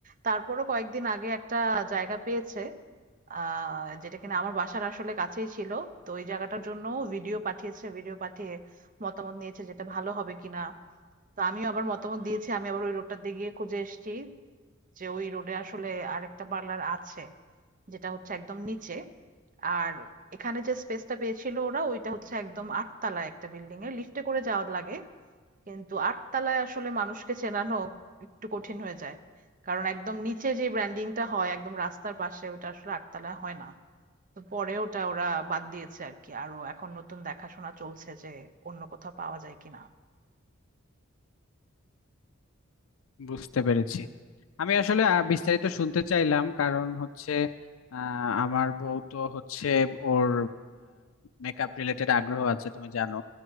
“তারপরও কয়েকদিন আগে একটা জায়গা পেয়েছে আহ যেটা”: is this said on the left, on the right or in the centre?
Right